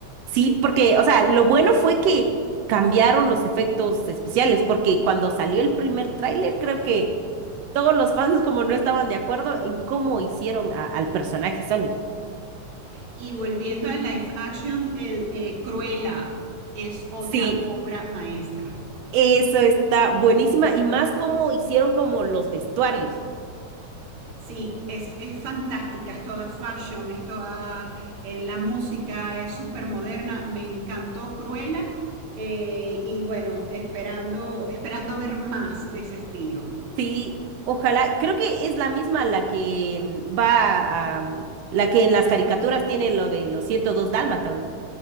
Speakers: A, on the right (about 85°); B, on the right (about 60°).
A: Sí, porque, o sea, lo bueno fue que cambiaron los efectos especiales, porque cuando salió el primer tráiler, creo que todos los fans como no estaban de acuerdo en cómo hicieron a- al personaje Sonic.
B: Y volviendo a live action, el eh, Cruella es otra
A: Sí,
B: obra maestra.
A: eso está buenísima y más cómo hicieron como los vestuarios.
B: Sí, es, es fantástica, es toda fashion, es toda eh, la música, es súper moderna. Me encantó Cruella eh, y bueno, esperando, esperando ver más de ese estilo.
A: Sí, ojalá. Creo que es la misma la que mm, va a, mm, la que en las caricaturas tiene lo de los 102 dálmatas, ¿no?